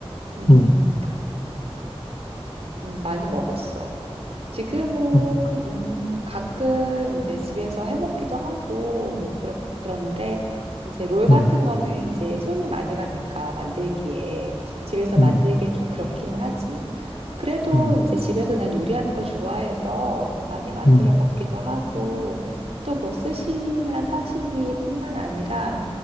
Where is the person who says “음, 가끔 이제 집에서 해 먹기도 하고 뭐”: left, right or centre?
Right